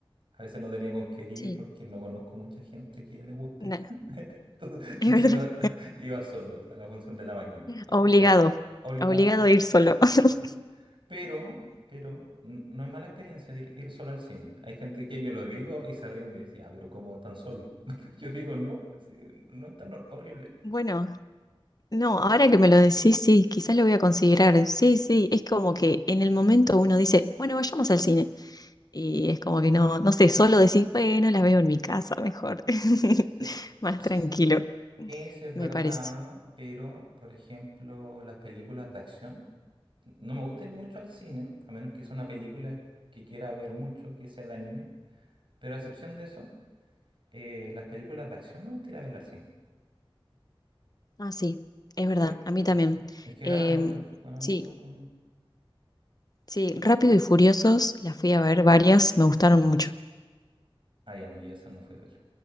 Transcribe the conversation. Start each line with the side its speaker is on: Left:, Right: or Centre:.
Right: a veces no tenía con qué ir
Left: Sí,
Right: porque no conozco mucha gente que le guste.
Left: nada,
Right: <laughs> Entonces,
Left: <laughs>
Right: entonces
Left: es verdad.
Right: iba, <laughs> iba solo a la función de la mañana. que
Left: Obligado,
Right: no iba mucha gente. Obligado,
Left: obligado
Right: sí.
Left: a ir solo. <laughs>
Right: Sí. Pero, pero n- no es mala experiencia ir, ir solo al cine. Hay gente que yo lo digo y se ríen y dicen, ah, pero cómo tan solo? <laughs> Yo digo, no, sí, no es tan horrible.
Left: Bueno, no, ahora que me lo decís, sí, quizás lo voy a considerar. Sí, sí, es como que en el momento uno dice, bueno, vayamos al cine. Y es como que no, no sé, solo decís, bueno, la veo en mi casa mejor. <laughs>
Right: Sí.
Left: Más
Right: Sí,
Left: tranquilo,
Right: sí es verdad,
Left: me parece.
Right: pero por ejemplo, las películas de acción, no me gusta ir mucho al cine, a menos que sea una película que quiera ver mucho, que sea de anime, pero a excepción de eso, eh, las películas de acción me gusta ir a verlas al cine.
Left: Ah, sí, es verdad,
Right: Eh,
Left: a mí también.
Right: es es que
Left: Em,
Right: ganan mucho, ganan
Left: sí,
Right: mucho con...
Left: sí, Rápido y Furiosos, las fui a ver varias, me gustaron mucho.
Right: Ah, ya no, yo esa no fui a verla.